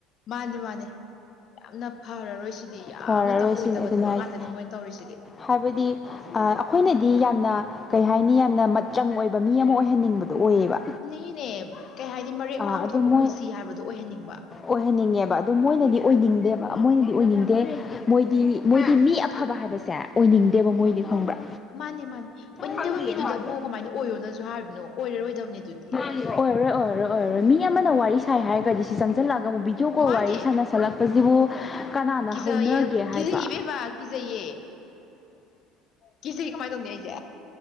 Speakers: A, on the left; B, on the left.
A: ꯃꯥꯅꯦ ꯃꯥꯅꯦ ꯌꯥꯝꯅ ꯐꯔꯔꯣꯏ ꯁꯤꯗꯤ ꯗꯤ ꯌꯥꯝꯅ
B: ꯐꯔꯔꯣꯏ
A: ꯇꯧꯍꯣꯏꯗꯕ
B: ꯁꯤꯅꯤ ꯑꯗꯨꯅ
A: ꯊꯕꯛ
B: ꯍꯥꯏꯁꯦ
A: ꯉꯥꯛꯇꯅꯦ ꯃꯣꯏꯅ ꯇꯧꯔꯤꯁꯤꯗꯤ
B: ꯍꯥꯏꯕꯗꯤ ꯑꯩꯈꯣꯏꯅꯗꯤ
A: ꯃꯥꯅꯦ
B: ꯌꯥꯝꯅ ꯀꯩ ꯍꯥꯏꯅꯤ ꯌꯥꯝꯅ ꯃꯠꯆꯪ ꯑꯣꯏꯕ ꯃꯤ ꯑꯃ ꯑꯣꯏꯍꯟꯅꯤꯡꯕꯗꯣ ꯑꯗꯨ ꯑꯣꯏꯌꯦꯕ
A: ꯃꯤꯅꯦ ꯀꯩ ꯍꯥꯏꯅꯤ ꯃꯔꯦꯛ ꯃꯍꯥꯎ
B: ꯑꯗꯨ
A: ꯊꯣꯛꯄ
B: ꯃꯣꯏ
A: ꯄꯨꯟꯁꯤ ꯍꯥꯏꯕꯗꯨ ꯑꯣꯏꯍꯟꯅꯤꯡꯕ
B: ꯑꯣꯏꯍꯟꯅꯤꯡꯉꯦꯕ ꯑꯗꯣ ꯃꯣꯏꯅꯗꯤ ꯑꯣꯏꯅꯤꯡꯗꯦꯕ ꯃꯣꯏꯅꯗꯤ ꯑꯣꯏꯅꯤꯡꯗꯦ ꯃꯣꯏꯗꯤ ꯃꯣꯏꯗꯤ ꯃꯤ
A: ꯃꯥꯅꯤ
B: ꯑꯐꯕ ꯍꯥꯏꯕꯁꯦ ꯑꯣꯏꯅꯤꯡꯗꯦꯕ ꯃꯣꯏꯗꯤ ꯈꯪꯕ꯭ꯔꯥ
A: ꯃꯥꯅꯦ ꯃꯥꯅꯦ ꯑꯣꯏꯅꯤꯡꯗꯕ
B: ꯈꯪꯗꯦ
A: ꯃꯤꯗꯨꯗꯕꯨ
B: ꯃꯥꯁꯨ
A: ꯀꯃꯥꯏꯅ ꯑꯣꯏꯌꯣꯅꯁꯨ ꯍꯥꯏꯔꯤꯅꯣ ꯑꯣꯏꯔꯔꯣꯏꯗꯕꯅꯦ ꯑꯗꯨꯗꯤ
B: ꯑꯣꯏꯔꯣꯏ ꯑꯣꯏꯔꯣꯏ ꯑꯣꯏꯔꯣꯏ ꯃꯤ ꯑꯃꯅ ꯋꯥꯔꯤ ꯁꯥꯏ ꯍꯥꯏꯔꯒꯗꯤ ꯁꯤ ꯆꯪꯁꯤꯜꯂꯛꯑꯒ ꯑꯃꯨꯛꯕꯤ ꯗꯤꯑꯨ ꯀꯣꯜ
A: ꯃꯥꯅꯦ
B: ꯋꯥꯔꯤ ꯁꯥꯟꯅꯁꯜꯂꯛꯄꯁꯤꯕꯨ ꯀꯅꯥꯅ
A: ꯀꯤꯖꯩꯌꯦ
B: ꯍꯧꯅꯒꯦ ꯍꯥꯏꯕ
A: ꯏꯕꯦꯝꯃ ꯀꯤꯖꯩꯌꯦ ꯀꯤꯖꯩꯌꯦ ꯀꯃꯥꯏꯅ ꯇꯧꯅꯤ ꯑꯩꯗꯤ